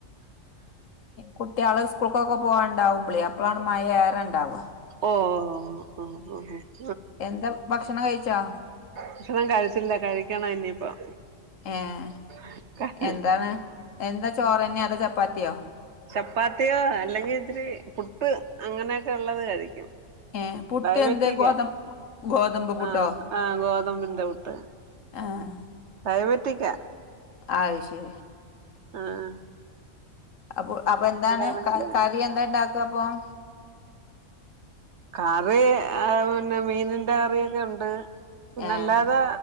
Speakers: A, on the left; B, on the right.
A: കുട്ടികളെ സ്കൂൾക്കൊക്കെ പോവാറുണ്ടാവുപ്പോഴ് അപ്പളാണ് മയ ഏറെയിണ്ടാവുക.
B: ഓഹ് ഓ ഹ് ഓഹ് ഓഹ്
A: എന്താ ഭക്ഷണം കയിച്ചോ
B: ഭക്ഷണം കഴിച്ചില്ല കഴിക്കണം ഇനിയിപ്പോ-
A: ഏഹ്
B: <unintelligible>
A: എന്താണ് എന്താ ചോറ് തന്നെയാ അതോ ചപ്പാത്തിയോ?
B: ചപ്പാത്തിയോ അല്ലെങ്കിൽ ഇത്തിരി പുട്ട് അങ്ങനെയൊക്കെയുള്ളത് കഴിക്കും
A: ഏഹ് പുട്ട്
B: ഡയബറ്റിക്ക
A: എന്ത് ഗോതം ഗോതമ്പ് പുട്ടോ
B: ആഹ് ആഹ ഗോതമ്പിന്റെ പുട്ട്
A: ആഹ്
B: ഡയബറ്റിക്കാ
A: അത് ശരി
B: ആഹ ആഹ്
A: അപ്പൊ അപ്പൊ എന്താണ്
B: ഏതെങ്കിലും
A: കറി എന്താ ഇണ്ടാക്കുക അപ്പൊ-
B: കറി പിന്നെ മീനിനിന്റെ കറിയൊക്കെയുണ്ട് പിന്നെ
A: ഏഹ്
B: അല്ലാതെ